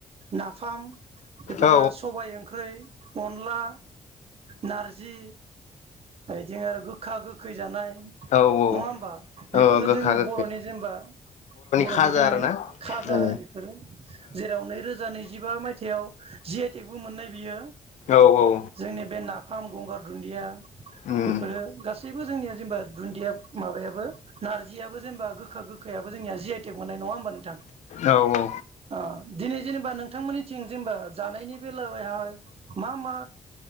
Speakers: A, on the right; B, on the left.
A: नाफाम बेफोरो
B: औ
A: सबाय ओंख्रि अनला नार जि जों आरो गोखा गोखै जानाय नङा
B: औ औ
A: होमबा बेफोरनो
B: औ गोखा
A: जोंनि
B: गोखै
A: बरनि जेनेबा बरनि
B: खाजा
A: जोंनि
B: आरोना
A: खाजा
B: ओ
A: आरो बेफोरो जेराव नैरोजा नैजिबा मायथाइयाव जि आइ टेकबो मोननाय बियो
B: औ औ
A: जोंनि बे नाफाम गंगार दुन्दिया
B: उम
A: बेफोरो गासैबो जोंनिया जेनेबा दुन्दिया माबायाबो नारजियाबो जेनेबा गोखा गोखायाबो जोंनिया जि आइ टेक मोननाय नङा होमबा नोंथां
B: औ ओ
A: ओ दिनै जेनेबा नोंथांमोननिथिं जेनेबा जानायनि बेलायावहाय मा मा